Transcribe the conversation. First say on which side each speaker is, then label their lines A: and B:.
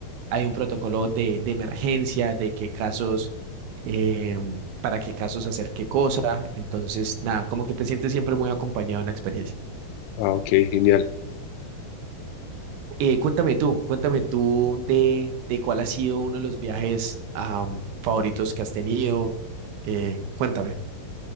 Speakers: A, on the right; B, on the left.
A: hay un protocolo de, de emergencia, de qué casos, eh, para qué casos hacer qué cosa. Entonces, nada, como que te sientes siempre muy acompañado en la experiencia.
B: Ah, ok, genial.
A: Eh, cuéntame tú, cuéntame tú de, de cuál ha sido uno de los viajes um, favoritos que has tenido. Eh, cuéntame.